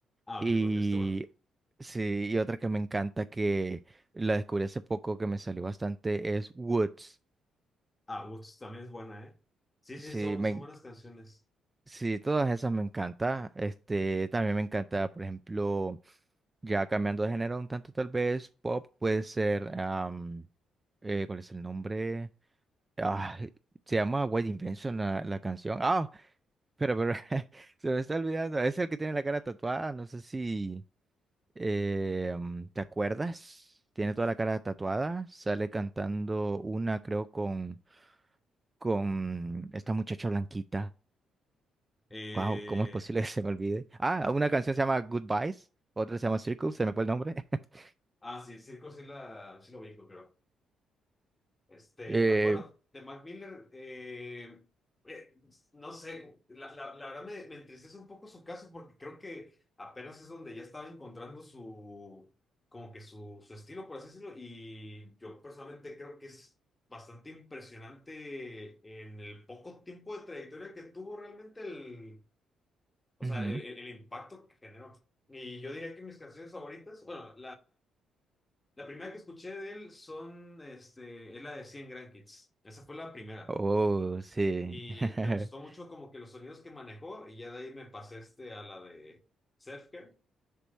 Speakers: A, on the left; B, on the right.
A: Ah,
B: Y
A: ok, con esto, bueno.
B: sí, y otra que me encanta, que la descubrí hace poco, que me salió bastante, es Woods.
A: Ah, Woods también es buena, ¿eh? Sí,
B: Sí,
A: sí, son,
B: me,
A: son buenas canciones.
B: Sí, todas esas me encanta. Este, también me encanta, por ejemplo, ya cambiando de género un tanto tal vez, pop puede ser, am, eh, ¿cuál es el nombre? Ah, se llama White Invention la, la canción. Ah, pero, pero <laughs> se me está olvidando. Es el que tiene la cara tatuada. No sé si eh, am, te acuerdas. Tiene toda la cara tatuada. Sale cantando una, creo, con con esta muchacha blanquita.
A: Eh,
B: Wow, ¿cómo es posible que se me olvide? Ah, una
A: no.
B: canción se llama Goodbyes, otra se llama Circle, se me fue el nombre. <laughs>
A: Ah, sí, Circo sí, la, sí lo vi, creo. Este,
B: Eh,
A: ah, bueno, de Mac Miller, eh, eh, no sé, la, la- la verdad me, me entristece un poco su caso porque creo que apenas es donde ya estaba encontrando su, como que su, su estilo, por así decirlo, y yo personalmente creo que es bastante impresionante en el poco tiempo de trayectoria que tuvo realmente el, o
B: ujú.
A: sea, el, el- el impacto que generó. Y yo diría que mis canciones favoritas, bueno, la primera que escuché de él son, este, es la de 100 Grand Kids. Esa fue la primera.
B: Oh, sí.
A: Y
B: <laughs>
A: me gustó mucho como que los sonidos que manejó y ya de ahí me pasé este a la de Self que